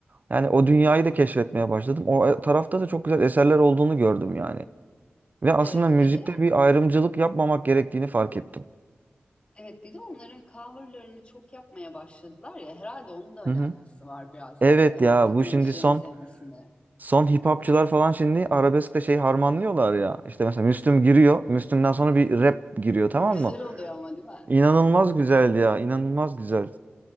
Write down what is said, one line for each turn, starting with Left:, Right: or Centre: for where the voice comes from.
Right: yani o dünyayı da keşfetmeye başladım. O e, tarafta da çok güzel eserler olduğunu gördüm yani. Ve aslında
Left: Evet
Right: müzikte
Left: bir de
Right: bir ayrımcılık yapmamak gerektiğini fark ettim.
Left: evet bir de onların coverlarını çok yapmaya başladılar ya herhalde onun da alakası
Right: Hı hı.
Left: var biraz
Right: Evet
Left: e,
Right: ya
Left: artık
Right: bu
Left: gençlerin
Right: şimdi son
Left: sevmesinde.
Right: son hip
Left: Hı hı.
Right: hopçılar falan şimdi arabeskle şey harmanlıyorlar ya. İşte mesela Müslüm giriyor. Müslüm'den sonra bir rap giriyor tamam
Left: Güzel
Right: mı?
Left: oluyor ama değil mi?
Right: İnanılmaz güzel ya, inanılmaz güzel.